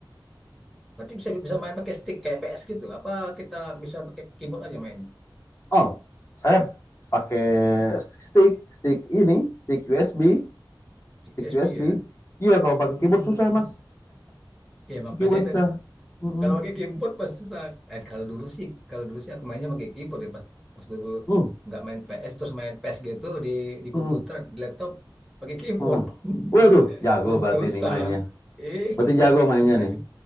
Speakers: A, in the centre; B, on the left.
A: berarti bisa bisa main pakai stick kayak PS gitu apa kita bisa pakai keyboard aja main
B: oh saya pakai stick stick ini stick USB
A: stick
B: stick
A: USB
B: USB
A: ya
B: iya kalau pakai
A: Mm-mm.
B: keyboard susah mas
A: ya makanya
B: keyboard
A: itu
B: susah Mm-mm.
A: Kalau pakai keyboard pas susah. Eh, kalau dulu sih, kalau dulu sih aku mainnya pakai keyboard ya pas pas dulu
B: Mm.
A: nggak main PS terus main PS gitu di di
B: Mm-mm.
A: komputer, di laptop pakai keyboard.
B: Mm.
A: <laughs>
B: waduh jago
A: Sus-
B: berarti
A: Susah.
B: nih mainnya
A: Eh,
B: berarti jago
A: susah
B: mainnya
A: sih tapi.
B: nih